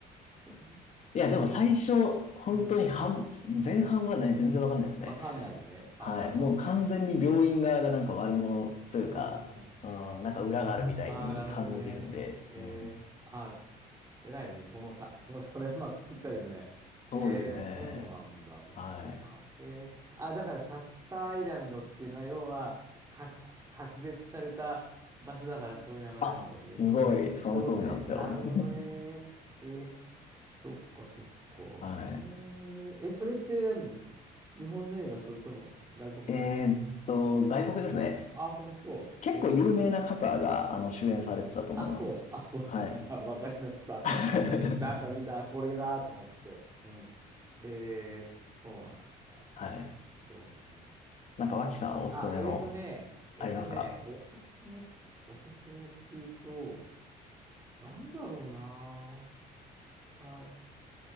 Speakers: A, on the right; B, on the left.
A: <laughs>
B: いや、でも最初、本当に半、
A: うん。
B: 前半はね、全然わかんないですね。
A: 分かんないのね。あ、
B: はい。
A: なるほど。
B: もう完全に病院側がなんか悪者というか、
A: うんうん。
B: うん、なんか裏があるみたいに感じるんで、
A: ああ、なるほどね。えー、
B: うん。
A: あ、偉いね。そのさ、<laughs> そ、それうまく作ったよね。へえ、
B: そうですね。
A: そうなんだ。面白いな。
B: はい。
A: へえ、あ、だからシャッターアイランドっていうのは、要は、か、隔絶された場所だからそういう名前なんだろうね。
B: あ、すごい、
A: きっとね。
B: その通りなんですよ。
A: そういうことね。なるほどね。えー、そっかそっか。
B: <laughs> はい。
A: へえ、え、それって何日本の映画、それとも外国の映画
B: えーっと、外国ですね。
A: あ、本当。
B: 結構有名な方が、
A: え
B: あの、主演されてたと思います。
A: あ、そう。あ、そう。
B: はい。
A: <laughs> じゃあ、わかりました。
B: <laughs>
A: あの、はい。なんか見たらこれだと思って。うん。へえ、そうなんだ。
B: はい。
A: そうね。
B: なんか、脇さんおすすめの、
A: あ、えーとね、えっとね、
B: ありますか
A: おすすめ、おすすめっていうと、なんだろうな。さ、